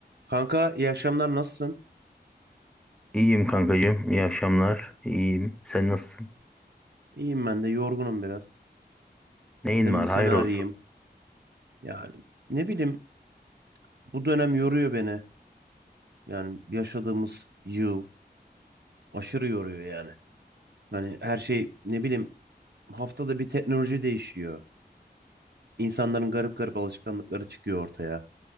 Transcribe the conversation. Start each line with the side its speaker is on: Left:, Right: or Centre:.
Right: Kanka iyi akşamlar nasılsın?
Centre: İyiyim kankacığım. İyi akşamlar. İyiyim. Sen nasılsın?
Right: İyiyim ben de yorgunum biraz.
Centre: Neyin
Right: Dedim
Centre: var?
Right: bir seni
Centre: Hayır
Right: arayayım.
Centre: olsun.
Right: Ya ne bileyim bu dönem yoruyor beni. Yani yaşadığımız yıl aşırı yoruyor yani. Hani her şey ne bileyim haftada bir teknoloji değişiyor. İnsanların garip garip alışkanlıkları çıkıyor ortaya.